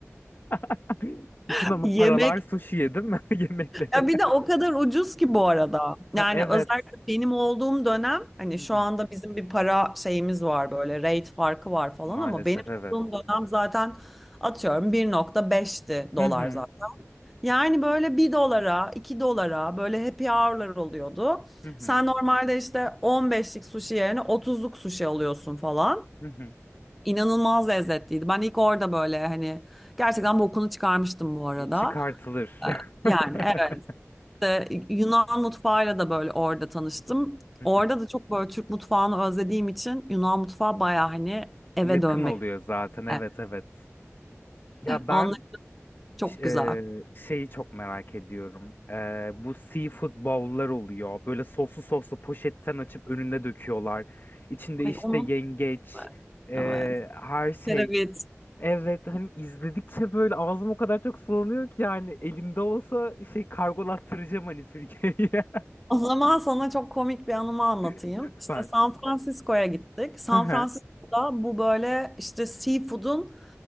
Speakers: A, on the left; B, in the centre.
A: <laughs> Bütün
B: <laughs>
A: ama paralar
B: Yemek.
A: sushi yedim mi <laughs> yemekleri?
B: Ya bir de o kadar ucuz ki bu arada.
A: Ha,
B: Yani
A: Evet.
B: özellikle benim olduğum dönem hani
A: Hı
B: şu
A: hı.
B: anda bizim bir para şeyimiz var böyle rate farkı var falan
A: Maalesef
B: ama benim
A: evet.
B: olduğum dönem zaten atıyorum bir nokta beşti dolar
A: Hı hı.
B: zaten. Yani böyle bir dolara, 2 dolara böyle happy hour'lar oluyordu.
A: Hı hı.
B: Sen normalde işte 15'lik sushi yerine 30'luk sushi alıyorsun falan.
A: Hı hı.
B: İnanılmaz lezzetliydi. Ben ilk orada böyle hani gerçekten bokunu çıkarmıştım bu arada.
A: E, Çıkartılır.
B: Ee, Yani
A: <laughs>
B: evet e, Yunan mutfağıyla da böyle orada tanıştım.
A: Hı
B: Orada
A: hı.
B: da çok böyle Türk mutfağını özlediğim için Yunan mutfağı baya hani eve
A: Yakın
B: dönmek.
A: oluyor zaten evet
B: Evet,
A: evet. Ya ben
B: Onlar çok
A: ş- eee,
B: güzel.
A: şeyi çok merak ediyorum. Eee, bu seafood bowl'lar oluyor. Böyle soslu soslu poşetten açıp önüne döküyorlar. İçinde
B: Ay
A: işte
B: onun
A: yengeç,
B: evet.
A: eee,
B: evet.
A: her şey.
B: Kereviz.
A: Evet hani izledikçe böyle ağzım o kadar çok sulanıyor ki yani elimde olsa şey kargolattıracağım hani Türkiye'ye.
B: O zaman sana çok komik bir anımı anlatayım.
A: <laughs> Lütfen.
B: İşte San Francisco'ya gittik. San
A: Hı hı.
B: Francisco'da bu böyle işte seafood'un